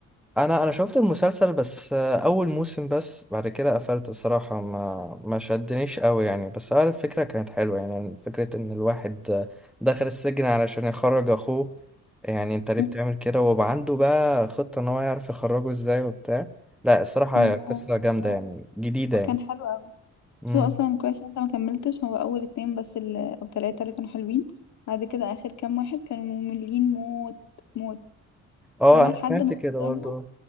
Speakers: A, in the centre; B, on the left.
A: انا انا شفت المسلسل بس آه، اول موسم بس بعد كده قفلت الصراحة ما ما شدنيش قوي يعني بس آه، الفكرة كانت حلوة يعني فكرة ان الواحد آه، دخل السجن علشان يخرج اخوه يعني انت ليه
B: مم.
A: بتعمل كده ويبقى عنده بقى خطة ان هو يعرف يخرجه ازاي وبتاع لا الصراحة
B: و...
A: قصة جامدة يعني جديدة
B: وكان
A: يعني
B: حلو قوي
A: مم.
B: بس هو اصلا كويس إن انت ما كملتش هو اول اتنين بس اللي... او تلاتة اللي كانوا حلوين بعد كده اخر كام واحد كانوا مملين موت موت
A: اه
B: هو
A: انا
B: لحد
A: سمعت
B: ما
A: كده
B: خرجوا
A: برضو